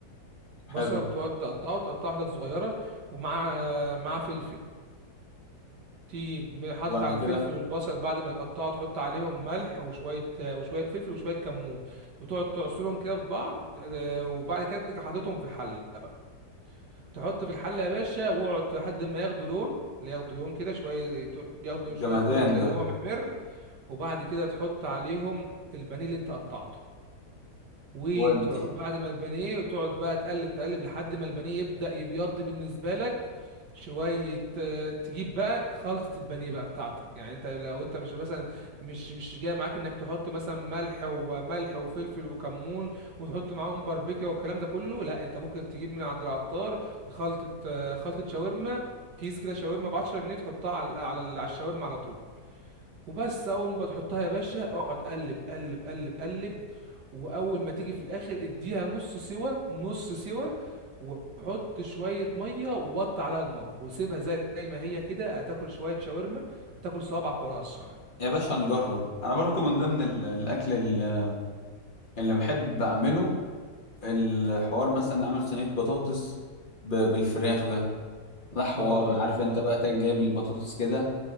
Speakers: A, on the right; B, on the left.
A: بصله
B: حلو
A: وتقعد تقطعه تقطعه حتت صغيره ومع مع فلفل تيجي م- حاطط
B: وبعد
A: على
B: كده
A: الفلفل والبصل بعد ما يتقطعوا تحط عليهم ملح وشوية وشوية فلفل وشوية كمون وتقعد تعصرهم كده في بعض آه، وبعد كده تيجي حاططهم في حلة بقى تحط في الحلة يا باشا واقعد لحد ما ياخدوا لون اللي ياخدوا لون كده شوية ياخدوا شوية
B: جمدان
A: لون كده
B: ده
A: اللي هو محمر وبعد كده تحط عليهم البانيه اللي انت قطعته وبعد
B: ودي
A: ما البانيه وتقعد بقى تقلب تقلب لحد ما البانيه يبدأ يبيض بالنسبة لك شوية آه، تجيب بقى خلطة البانيه بقى بتاعتك يعني انت لو انت مش مثلا مش مش جاي معاك انك تحط مثلا ملح وملح وفلفل وكمون وتحط معاهم باربيكيا والكلام ده كله لا انت ممكن تجيب من عند العطار خلطة آه، خلطة شاورما كيس كده شاورما ب 10 جنيه تحطها على على على الشاورما على طول وبس اول ما تحطها يا باشا اقعد قلب قلب قلب قلب واول ما تيجي في الاخر اديها نص سوا نص سوا وحط شوية مية ووطي عليها النار وسيبها زي ما هي كده هتاكل شوية شاورما هتاكل صوابعك ورا اسرع
B: يا باشا نجرب انا برضو من ضمن ال- الاكل ال- اللي بحب اعمله الحوار مثلا نعمل صينية بطاطس ب- بالفراخ ده ده حوار
A: اه
B: عارف
A: اه
B: انت بقى تجي جايب البطاطس كده